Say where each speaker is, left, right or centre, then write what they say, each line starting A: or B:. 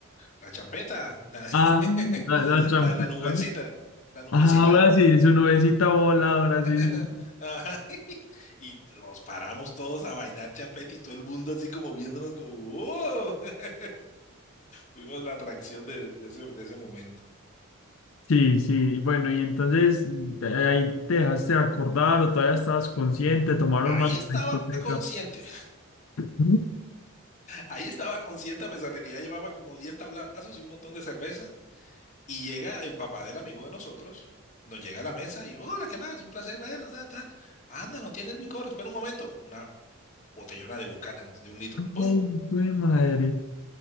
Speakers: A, on the left (about 35°); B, on the left (about 75°).
A: La champeta, la, <laughs>
B: Ah, la, la champeta.
A: la, la nubecita, la nubecita.
B: Ah, ahora sí, su nubecita voladora,
A: <laughs>
B: sí, sí,
A: Ajá. Y nos paramos todos a bailar champeta y todo el mundo así como viéndonos como, ¡oh! <laughs> Fuimos la atracción de, de ese, de ese momento.
B: sí. sí. Bueno, y entonces de ahí te dejaste de acordar o todavía estabas consciente, tomaron
A: Ahí
B: más en
A: estaba
B: la discoteca.
A: consciente,
B: Ujú.
A: ahí estaba consciente a pesar de que ya llevaba como diez tablazos y un montón de cerveza. Y llega el papá del amigo de nosotros, nos llega a la mesa y, hola, ¿qué más? Un placer verlos, tal, tal. Anda, no tiene el licor, espera un momento. Una botellona de Buchanan's de un litro, ¡pum!
B: Ay, güey, madre.